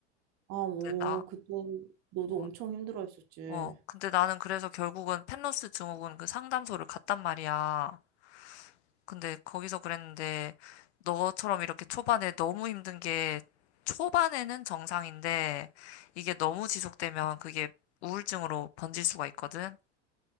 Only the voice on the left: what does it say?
근데 나,
어,
어. 근데 나는 그래서 결국은 펜로스 증후군 그 상담소를 갔단 말이야. 근데 거기서 그랬는데 너처럼 이렇게 초반에 너무 힘든 게 초반에는 정상인데 이게 너무 지속되면 그게 우울증으로 번질 수가 있거든.